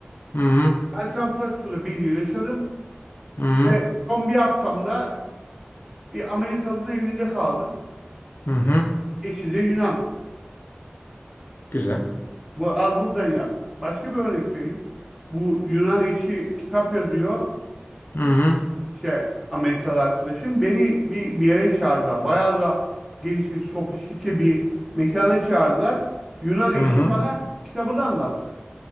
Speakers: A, on the left; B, in the centre.
A: hı hı,
B: Ben San Francisco'da bir yıl yaşadım
A: hı hı,
B: ve son bir haftamda Bir Amerikalı'nın evinde kaldım.
A: hı hı,
B: Eşi de Yunan.
A: güzel.
B: Bu, al buradan yak. Başka bir örnek vereyim. Bu Yunan eşi kitap yazıyor.
A: Hı hı,
B: İşte Amerikalı arkadaşım. Beni bir, bir yere çağırdılar. Bayağı da gelişmiş, sofistike bir mekana çağırdılar. Yunan eşi
A: hı hı.
B: bana kitabı da anlattı.